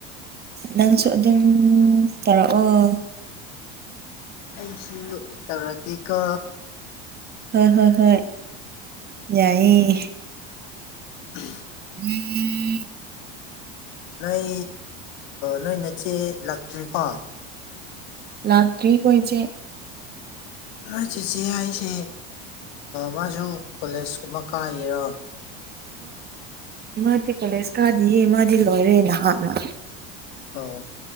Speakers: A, on the right; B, on the left.
A: ꯅꯪꯁꯨ ꯑꯗꯨꯝ ꯇꯧꯔꯛꯑꯣ
B: ꯑꯩꯁꯨ ꯇꯧꯔꯛꯀꯦꯀꯣ
A: ꯍꯣꯏ ꯍꯣꯏ ꯍꯣꯏ ꯌꯥꯏꯌꯦ
B: ꯎ
A: ꯎꯝ ꯎꯝ
B: ꯅꯣꯏ ꯅꯣꯏ ꯅꯆꯦ ꯂꯥꯛꯇ꯭ꯔꯤꯀꯣ
A: ꯂꯥꯛꯇ꯭ꯔꯤ ꯑꯣꯏꯣꯏꯁꯦ
B: ꯅꯣꯏ ꯆꯤꯠꯆꯦ ꯑꯩꯁꯦ ꯃꯥꯁꯨ ꯀꯣꯂꯦꯖ ꯀꯨꯝꯕ ꯀꯥꯏꯔꯤꯔꯣ
A: ꯃꯥꯗꯤ ꯀꯣꯂꯦꯖ ꯀꯥꯗꯤ ꯃꯥꯗꯤ ꯂꯣꯏꯔꯦ ꯅꯍꯥꯟꯅ
B: ꯑꯣ